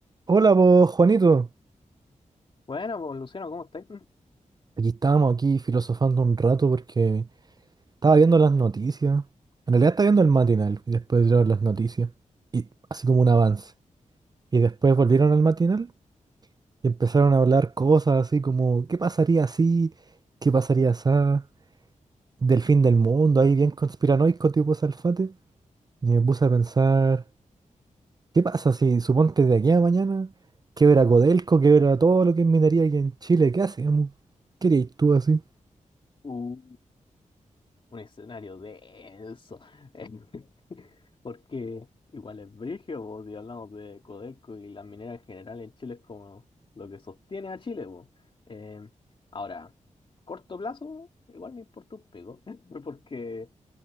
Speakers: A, on the right (about 30°); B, on the left (about 40°).
A: Hola vos, Juanito.
B: Bueno, pues Luciano, ¿cómo estáis? Mm,
A: Aquí estábamos aquí filosofando un rato porque estaba viendo las noticias. En realidad estaba viendo el matinal y después vieron las noticias. Y así como un avance. Y después volvieron al matinal y empezaron a hablar cosas así como ¿qué pasaría si? ¿Qué pasaría esa? Del fin del mundo, ahí bien conspiranoico tipo Salfate. Y me puse a pensar, ¿qué pasa si suponte de aquí a mañana quebra Codelco, quebra todo lo que es minería aquí en Chile? ¿Qué hacemos? ¿Qué harías tú así?
B: Uh, Un escenario denso. eh, <laughs> Porque igual es brigio, po, si hablamos de Codelco y las mineras en general en Chile es como lo que sostiene a Chile, po. Eh, ahora, corto plazo, igual me importa un pico, <laughs> porque,